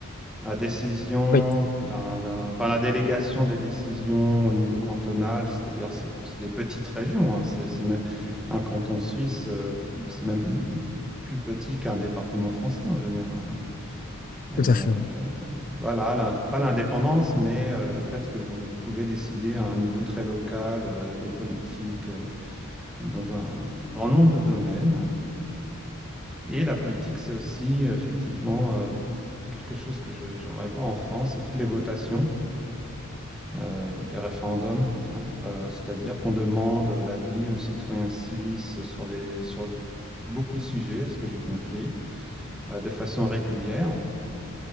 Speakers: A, in the centre; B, on the left.
A: La décision
B: Oui,
A: d'un, d'un- enfin, la délégation des décisions au niveau cantonal, c'est-à-dire c'est c'est des petites régions. hein. C'est, c'est même- un canton suisse, euh, c'est même plus petit qu'un département français en général. hein. Et
B: tout à fait.
A: euh,
B: oui.
A: voilà, la- pas l'indépendance, mais euh, le fait que vous, vous pouvez décider à un niveau très local euh, des politiques euh, dans un grand nombre de domaines. Et la politique, c'est aussi euh, effectivement euh, quelque chose que je- j'aimerais voir en France, c'est toutes les votations. euh, les référendums, Euh, c'est-à-dire qu'on demande l'avis aux citoyens suisses sur des, sur beaucoup de sujets, à ce que j'ai compris, euh, de façon régulière.